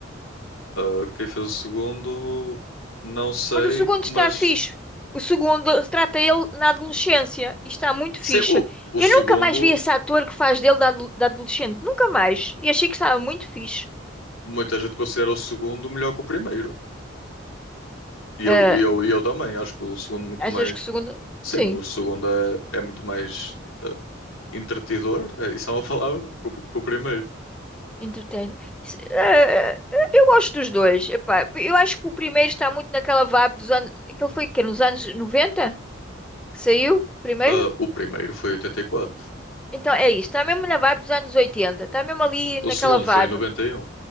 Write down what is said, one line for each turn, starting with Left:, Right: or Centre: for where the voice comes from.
Left: Ah, quem fez o segundo, não sei,
Centre: Mas o segundo
Left: mas
Centre: está fixe. O segundo retrata ele na adolescência e está muito
Left: sei,
Centre: fixe.
Left: o, o
Centre: Eu
Left: segundo,
Centre: nunca mais vi esse ator que faz dele da, ado- da adolescente. Nunca mais. E achei que estava muito fixe.
Left: muita gente considera o segundo melhor que o primeiro. E
Centre: Ah,
Left: eu, e eu, e eu também, acho que o segundo muito
Centre: achas
Left: mais.
Centre: que o segundo?
Left: Sim,
Centre: Sim,
Left: o segundo é, é muito mais ah, entretidor, é, isso é uma <laughs> palavra, que o que o primeiro.
Centre: entretém. Se- ah, ah, eu gosto dos dois. Epá, eu acho que o primeiro está muito naquela vibe dos anos. Aquele foi que nos anos 90 que saiu primeiro?
Left: Ah, o primeiro foi em oitenta e quatro
Centre: Então é isso. Está mesmo na vibe dos anos 80. Está mesmo ali
Left: O
Centre: naquela
Left: segundo
Centre: vibe.
Left: foi em noventa e um